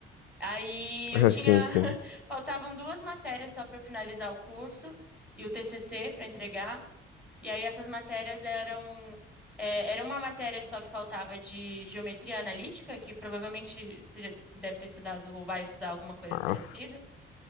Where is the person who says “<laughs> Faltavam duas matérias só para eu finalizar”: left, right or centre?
Centre